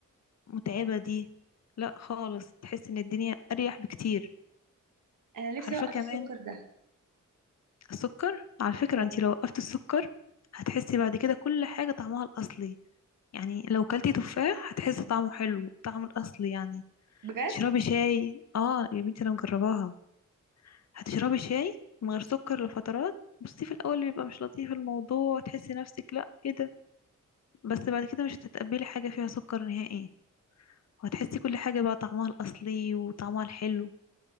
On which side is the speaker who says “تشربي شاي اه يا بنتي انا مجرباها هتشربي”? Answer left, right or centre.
Left